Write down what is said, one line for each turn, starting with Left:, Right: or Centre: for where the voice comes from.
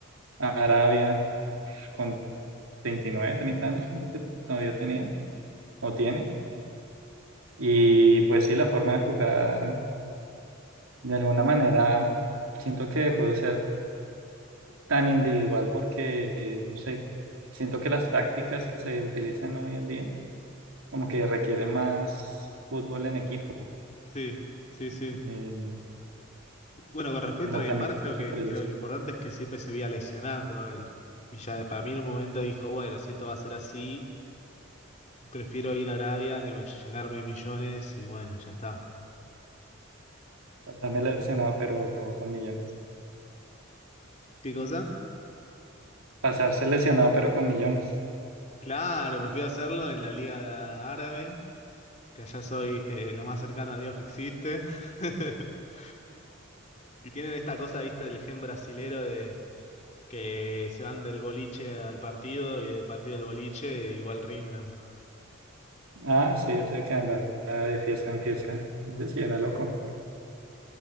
Right: a Arabia con 29 30 años creo que todavía tenía o tiene. Y pues sí, la forma de jugar, de alguna manera, siento que dejó de ser tan individual porque, eh, no sé, siento que las tácticas que se utilizan hoy en día como que requieren más fútbol en equipo.
Left: Sí, sí, sí.
Right: Eh,
Left: Bueno, con respecto
Right: como
Left: a Neymar,
Right: también
Left: creo
Right: dije
Left: que,
Right: por el
Left: creo que lo importante es que siempre se veía lesionando él. Y ya para mí en un momento dijo, bueno, si esto va a ser así, prefiero ir a Arabia que me, llenarme de millones y bueno, ya está.
Right: pasarme lesionado pero con millones.
Left: ¿Qué cosa?
Right: Pasarse lesionado pero con millones.
Left: Claro, prefiero hacerlo en la Liga Árabe, que allá soy eh, lo más cercano a Dios que existe. <laughs> Y tienen esta cosa, viste, del gen brasilero de que se van del boliche al partido y del partido al boliche igual rinden.
Right: Ah, sí, o sea que andaba de fiesta en fiesta. Ese sí era loco.